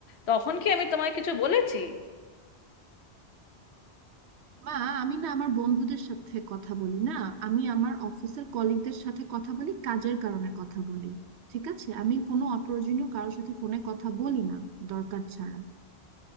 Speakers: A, on the left; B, on the right.
A: তখন কি আমি তোমায় কিছু বলেছি
B: মা আমি না আমার বন্ধুদের সাথে কথা বলি না আমি আমার অফিসের কলিগদের সাথে কথা বলি কাজের কারণে কথা বলি ঠিক আছে আমি কোনো অপ্রয়োজনীয় কারোর সাথে ফোনে কথা বলি না দরকার ছাড়া